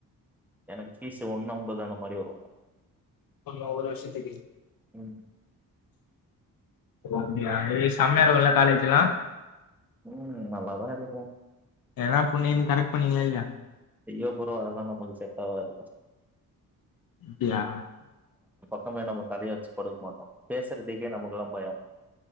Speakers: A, in the centre; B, on the left.
A: எனக்கு பீஸ் ஒண்ணு அம்பது அந்த மாரி வரும்
B: ஃபுல்லா ஒவ்வொரு வருஷத்துக்கு
A: ம்
B: ஓ அப்டியா ஏ செமயா இருக்குல்ல காலேஜிலாம்
A: ம் நல்லாதான் இருக்கும்
B: எதனா பொண்ணு கின்னு கரெட் பண்ணிங்களா இல்லையா
A: ஐயோ ப்ரோ அதலா நமக்கு செட் ஆவாது ப்ரோ
B: அப்டியா
A: நம்ப என்ன ப தலய வச்சி படுக்க மாட் பேசறதுக்கே நமக் குலா பயம்